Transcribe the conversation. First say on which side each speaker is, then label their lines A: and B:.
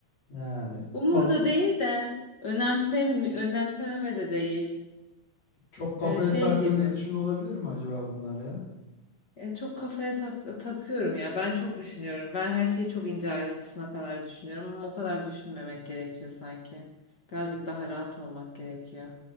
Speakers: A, on the left; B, on the left.
A: Yani
B: Umurda
A: val
B: değil de önemsem önemsememe de değil.
A: çok kafaya
B: Ee, şey
A: taktığınız
B: gibi.
A: için olabilir mi acaba bunlar ya?
B: E, çok kafaya tak- takıyorum ya. Ben çok düşünüyorum. Ben her şeyi çok ince ayrıntısına kadar düşünüyorum ama o kadar düşünmemek gerekiyor sanki. Birazcık daha rahat olmak gerekiyor.